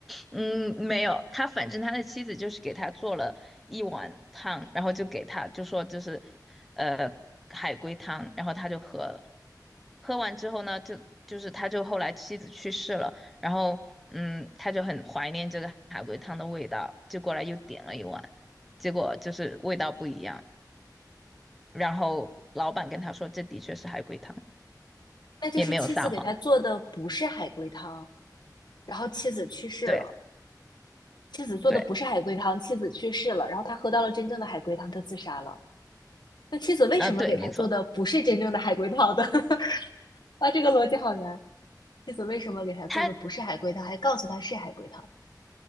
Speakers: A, in the centre; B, on the left.
A: 嗯，没有，他反正他的妻子就是给他做了一碗汤，然后就给他就说就是，呃，海龟汤，然后他就喝了。喝完之后呢，就就是他就后来妻子去世了，然后嗯，他就很怀念这个海龟汤的味道，就过来又点了一碗，结果就是味道不一样。然后老板跟他说，这的确是海龟汤，
B: 那就是妻子给他做的不是海龟汤，
A: 也没有撒谎。
B: 然后妻子去世了。
A: 对
B: 妻子做的不是海龟汤，
A: 对，
B: 妻子去世了，然后他喝到了真正的海龟汤，他自杀了。那妻子为什么给他做的不是真正的海龟汤的？
A: 啊，对，没错，
B: <laughs> 啊，这个逻辑好难。妻子为什么给他做的不是海龟汤，
A: 他
B: 还告诉他是海龟汤？